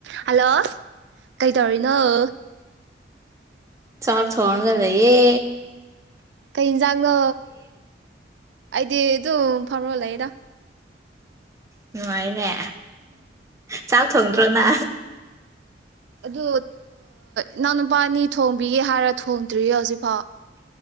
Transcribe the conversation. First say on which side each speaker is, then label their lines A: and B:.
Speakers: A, on the right; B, on the right.
A: Hello ꯀꯩ ꯇꯧꯔꯤ ꯅꯅꯥ
B: ꯆꯥꯛ ꯊꯅꯒꯗꯌꯦ
A: ꯀꯩꯖꯒ ꯑꯩꯗꯤ ꯑꯗꯨ ꯐꯔꯣꯂꯦꯗ
B: ꯅꯨꯡꯉꯥꯏꯅꯦ ꯆꯥꯛ ꯊꯣꯡꯗ꯭ꯔꯣꯅ
A: ꯑꯗꯨ ꯏꯅꯥꯎꯅꯄꯥꯅꯤ ꯊꯣꯡꯕꯤꯒꯦ ꯍꯥꯏꯔ ꯊꯣꯡꯗ꯭ꯔꯤꯌꯦ ꯍꯧꯖꯤꯛꯐꯥꯎ